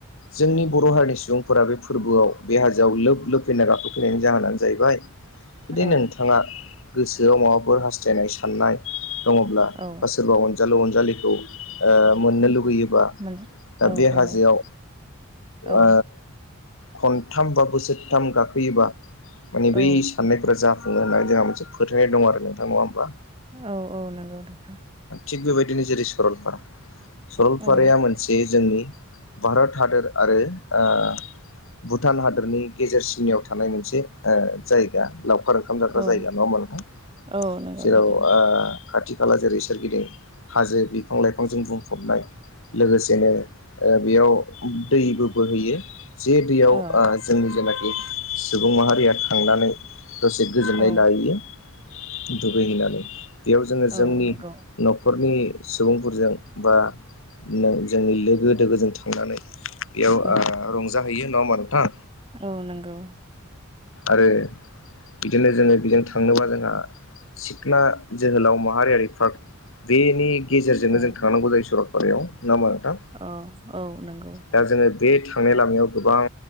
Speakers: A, on the left; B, on the right.
A: जोंनि बर' हारिनि सुबुंफोरा बे फोरबोआव बे हाजोआव लोब लोब फैना गाखोफैनायनि जाहोनानो जाहैबाय जुदि
B: औ
A: नोंथाङा गोसोआव माबाफोर हास्थायनाय साननाय दङब्ला
B: औ
A: बा सोरबा अनजालु अनजालिखौ ओ मोननो लुगैयो बा
B: मोन
A: दा
B: औ
A: बे हाजोआव
B: औ औ
A: ओ खनथाम बा बोसोरथाम गाखोयोबा माने
B: औ
A: बै साननायफोरा जा फुङो होननानै जोंहा मोनसे फोथायनाय दं आरो नोंथां नङा होमबा?
B: औ औ नंगौ नोंथां।
A: थिग बेबायदिनो जेरै सरलपारा सरलपाराया
B: औ
A: मोन से जोंनि भारत हादोर आरो ओ भुटान हादोरनि गेजेर सिमनायाव थानाय मोनसे ओ जायगा लावखार ओंखाम जाग्रा
B: औ
A: जायगा नङा होमबा नोंथां
B: औ नंगौ
A: जेराव
B: नोंथां
A: ओ खाथि खाला जेरै सोरगिदिं हाजो बिफां लाइफांजों बुंफबनाय लोगोसेनो ओ बेयाव दैबो बोहैयो। जे दैयाव ओ
B: औ
A: जोंनि जेनाखि सुबुं माहारिया थांनानै दसे गोजोननाय
B: औ
A: लाहैयो दुगैहैनानै बेयाव जोङो जोंनि
B: औ नंगौ
A: न'खरनि सुबुंफोरजों बा नो जोंनि लोगो दोगोजों थांनानै बेयाव
B: औ
A: ओ रंजाहैयो नङा होमबा नोंथां?
B: औ नंगौ
A: आरो बिदिनो जोङो बिजों थांनोबा जोंहा सिख्ना जोहोलाव माहारियारि पार्क बेनि गेजेरजोंनो
B: औ
A: जों थांनांगौ जायो सरलपारायाव नङा होनबा नोंथां?
B: औ औ नंगौ
A: दा जोङो बे थांनाय लामायाव गोबां